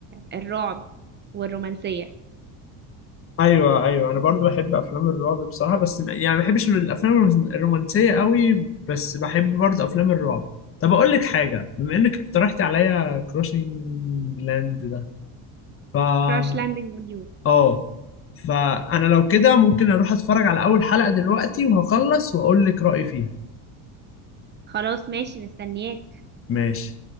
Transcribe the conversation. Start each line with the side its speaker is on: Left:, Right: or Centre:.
Right: الرعب والرومانسيه
Left: ايوه ايوه انا برضو بحب افلام الرعب بصراحه بس يعني ما بحبش الافلام الرومانس- الرومانسيه قوي بس بحب برضو افلام الرعب طب اقول لك حاجه بما انك اقترحتي عليا كروشنج لاند ده فا
Right: كراش لاندنج اون يو
Left: اه فانا لو كده ممكن اروح اتفرج على اول حلقه دلوقتي وهخلص واقول لك رايي فيها
Right: خلاص ماشي مستنياك
Left: ماشي